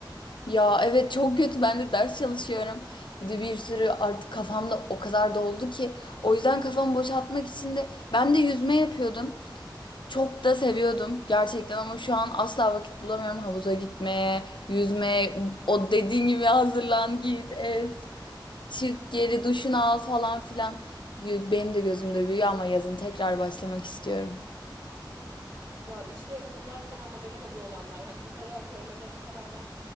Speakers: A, on the left (about 75°); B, on the right (about 35°).
A: Ya evet çok kötü ben de ders çalışıyorum. Bir de bir sürü artık kafamda o kadar doldu ki o yüzden kafamı boşaltmak için de ben de yüzme yapıyordum. Çok da seviyordum gerçekten ama şu an asla vakit bulamıyorum havuza gitmeye, yüzmeye, o dediğin gibi hazırlan git et, çık geri duşunu al falan filan. Benim de gözümde büyüyor ama yazın tekrar başlamak istiyorum.
B: Ya işte bunlar tam anlamıyla hobi olanlar. Hani bu kadar zorlamasına rağmen